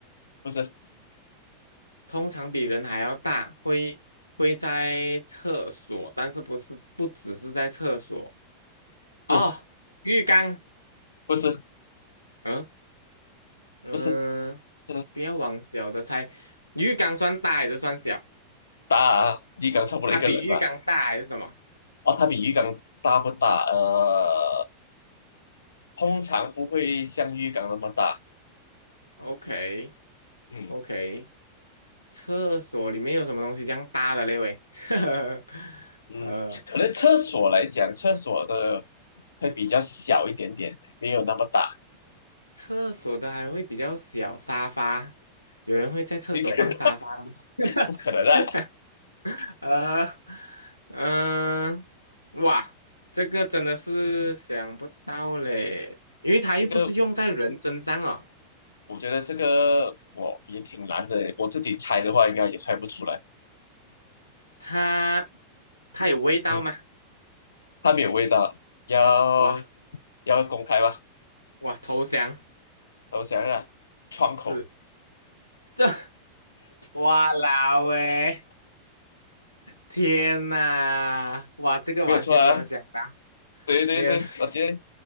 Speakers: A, on the left; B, on the left.
A: 不是
B: 通常比人还要大，会会在厕所，但是不是不只是在厕所
A: 是
B: 哦，浴缸，
A: 不是
B: 嗯嗯、
A: 不是，
B: 呃不要往小的猜，
A: 嗯，
B: 浴缸算大还是算小？
A: 大啊鱼缸差不多一个人吧，
B: 它比浴缸大还是什么
A: 哦，它比鱼缸大不大？呃，通常不会像鱼缸那么大，
B: ？OK
A: 嗯，
B: OK，厕所里面有什么东西这样大的嘞喂？<laughs>
A: 嗯，
B: 呃，
A: 可能厕所来讲，厕所的会比较小一点点，没有那么大。<laughs>
B: 厕所的还会比较小，沙发，有人会在厕所放沙发的吗？
A: 你看，不可能啊！
B: <laughs> 呃，嗯、哇，这个真的是想不到嘞，因为它又不是用在人身上哦，
A: 这个我觉得这个我也挺难的，我自己猜的话应该也猜不出来。
B: 它它有味道吗？
A: 嗯，它没有味道，要
B: 哇
A: 要公开吧？
B: 哇，投降
A: 等我想一下，窗口
B: 是这，<laughs> 哇啦喂！天呐，哇，这个完全没有想到，
A: 没有错啊。对对对，
B: 没有
A: 我觉得